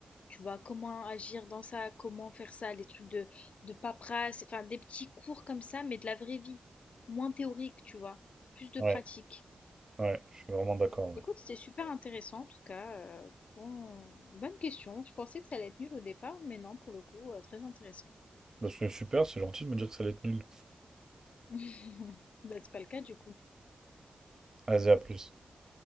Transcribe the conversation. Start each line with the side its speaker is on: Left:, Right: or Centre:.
Left: Tu vois, comment agir dans ça, comment faire ça, des trucs de, de paperasse, enfin des petits cours comme ça, mais de la vraie vie. Moins théorique, tu vois, plus de
Right: ouais,
Left: pratique.
Right: ouais, je suis vraiment d'accord. ouais.
Left: Écoute, c'était super intéressant en tout cas. euh, bon, bonne question. Je pensais que ça allait être nul au départ, mais non, pour le coup, euh, très intéressant.
Right: Bah, c'est super, c'est gentil de me dire que ça allait être nul.
Left: <laughs> Bah, c'est pas le cas du coup.
Right: Vas-y, à plus.